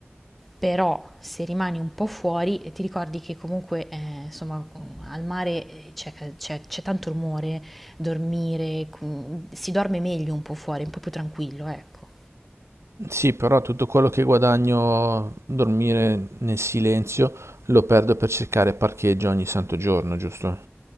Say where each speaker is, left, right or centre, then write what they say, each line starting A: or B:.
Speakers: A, in the centre; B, on the right.
A: Però se rimani un po' fuori, ti ricordi che comunque, eh, insomma, al mare eh, c'è, c'è- c'è tanto rumore, dormire, cu- si dorme meglio un po' fuori, un po' più tranquillo, ecco.
B: Sì, però tutto quello che guadagno dormire nel silenzio lo perdo per cercare parcheggio ogni santo giorno, giusto?